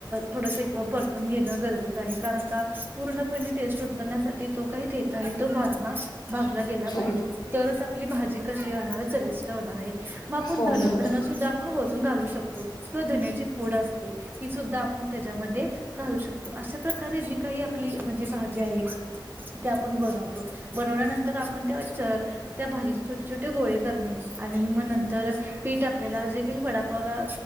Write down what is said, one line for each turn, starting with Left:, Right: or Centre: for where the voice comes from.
Right: थोडस परतून घेणं गरजेचं आहे, कारण का पूर्ण पणे टेस्ट उतरण्यासाठी तो काय देता येतो भाजना भाजला गेला पाहिजे,
Left: हो
Right: तरच आपली भाजी कशी होणार आहे, चविष्ट होणार आहे मग आपण
Left: हो
Right: धन
Left: बरोबर.
Right: -धन सुध्दा आपण वरून घालू शकतो. किंवा धण्याची फूड असते, ती सुद्धा आपण त्याच्यामध्ये घालू शकतो अशा प्रकारे जी काही आपली म्हणजे भाजी आहे. ते आपण बनवतो बनवल्यानंतर आपण त्या त्या भाजीचे छोटे छोटे गोळे करणे. आणि मग नंतर पीठ आपल्याला जे काही वडापावला